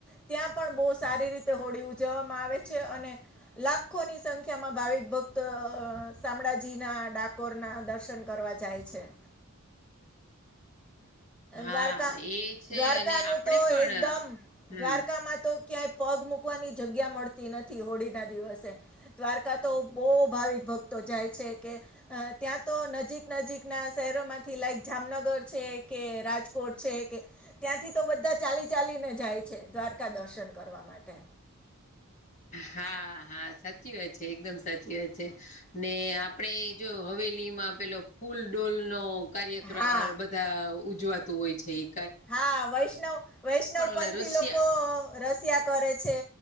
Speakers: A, in the centre; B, on the left.
A: ત્યાં પણ બહુ સારી રીતે હોળી ઉજવવામાં આવે છે, અને લાખોની સંખ્યામાં ભાવિક ભક્ત સામળાજી ના ડા કોરના દર્શન કરવા જાય છે.
B: હા
A: દ્વારકા,
B: એ છે
A: દ્વારકાનું
B: અને આપડે
A: તો
B: પણ
A: એકદમ,
B: હમ
A: દ્વારકામાં તો ક્યાંય પગ મુકવાની જગ્યા મળતી નથી, હોળી ના દિવસે. દ્વારકા તો બહુ ભાવિક ભક્તો જાય છે, કે અ ત્યાં તો નજીક નજીકના સહેરોમાંથી લાઈક જામનગર છે. કે રાજકોટ છે, કે ત્યાંથી તો બધા ચાલી ચાલીને જાય છે, દ્વારકા દર્શન કરવા માટે.
B: હા, હા સાચી વાત છે, એકદમ સાચી વાત છે, ને આપ આપણે જો હવેલીમાં પેલો ફૂલ ડોલનો કાર્યક્રમ
A: હા
B: અર તા ઉજવાતું હોય છે ઈ.
A: હા, વૈશ્નવ, વૈશ્નવ પંથી
B: ઓલા રશિયા
A: લોકો રસિયા કરે છે.